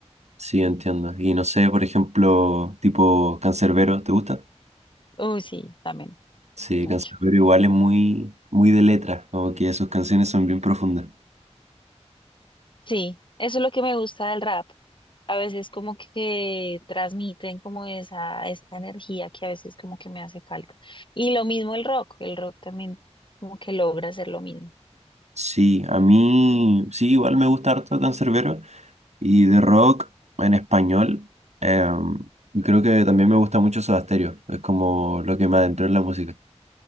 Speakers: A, on the right (about 70°); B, on the left (about 45°).
A: Sí, entiendo. Y no sé, por ejemplo, tipo Cancerbero, ¿te gusta?
B: Uy, sí, también,
A: Sí,
B: mucho.
A: Cancerbero igual es muy, muy de letras, como que sus canciones son bien profundas.
B: Sí, eso es lo que me gusta del rap. A veces como que transmiten como esa, esa energía que a veces como que me hace falta. Y lo mismo el rock, el rock también como que logra hacer lo mismo.
A: Sí, a mí, sí, igual me gusta harto Cancerbero y de rock en español. eh, y creo que también me gusta mucho Soda Stereo, es como lo que me adentré en la música.